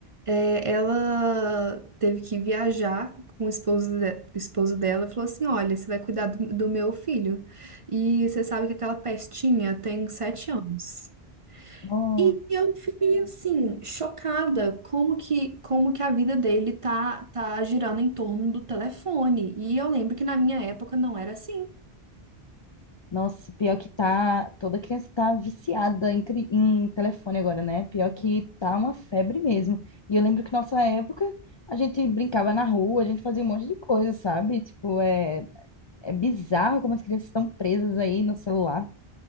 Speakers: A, on the right; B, on the left.
A: É, ela teve que viajar com o esposo, de- o esposo dela e falou assim: Olha, você vai cuidar do, do meu filho. E você sabe que aquela pestinha tem sete anos.
B: Nossa,
A: E eu fiquei assim, chocada como que, como que a vida dele tá, tá girando em torno do telefone. E eu lembro que na minha época não era assim.
B: nossa, pior que tá. Toda criança tá viciada em, cri- em telefone agora, né? Pior que tá uma febre mesmo. E eu lembro que nossa época a gente brincava na rua, a gente fazia um monte de coisa, sabe? Tipo, é, é bizarro como as crianças estão presas aí no celular.